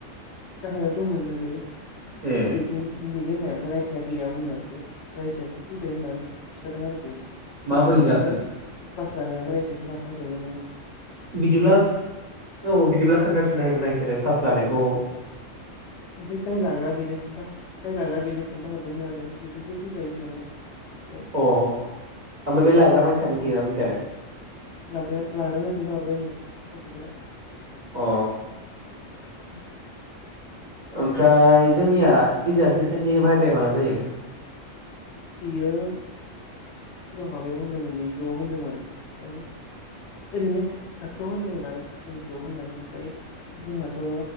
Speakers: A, on the left; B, on the right.
A: गाहायाव दं मोनोलै।
B: ए
A: बिदिं बिदि बियो होननाय ओमफ्राय रायथायाइआ गैयामोननो फ्राय रायथायआसो फैबाय होननानै खिन्थादों आरो बे क्लास
B: माबोरै
A: लानायाबो
B: जाखो?
A: क्लास लानाययाबो रायथायखौ लाखायाखैमोन।
B: बिदिब्ला औ बिदिब्ला खोन्थाफिननो हायोमोन ना बिसोरो क्लास जानायखौ
A: ओमफ्राय जाय लाग्रा बेनो खिथा जाय लाग्रा बेनो खोन्था हरदोंनो आरो बिदिसो। फैबाय होननानै। ओमफ्राय
B: अ ओमफ्राय बे लाग्रा मानसिया मिथिगोना मिथि मिथियानो?
A: लाग्रा लाग्रानो खोनन्थाहरबाय नो गथ'फोरा
B: अ
A: उम
B: ओमफ्राय जोंनिया डिजार्टेसननि भायबाया माला जायो?
A: बियो सिगां माबायाव होन्दोंमोन नैजिद'आव होन्दोंमोन ओमफ्राय ओरैनो थाखोआव होन्दोंमोन आरो नैजिद' होननानै ओमफ्राय जोंनाथ'